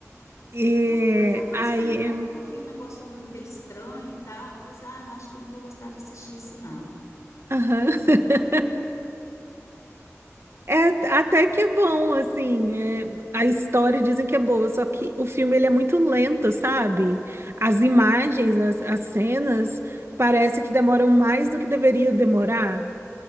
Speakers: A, on the right; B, on the left.
A: E
B: Ah, Pois é, foi
A: aí,
B: isso mesmo, acaba que eu vi um negócio bem estranho e tal. Eu falei assim, ah, acho que eu não vou gostar de assistir isso, não.
A: aham. <laughs> É, até que é bom, assim, é, a história dizem que é boa, só que o filme ele é muito lento, sabe? As imagens, as, as cenas, parece que demoram mais do que deveria demorar.